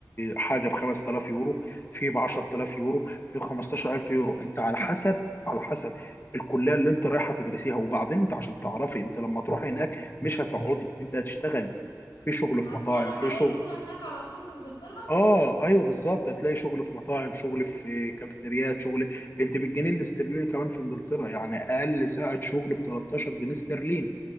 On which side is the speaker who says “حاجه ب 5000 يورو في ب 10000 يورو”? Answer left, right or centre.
Left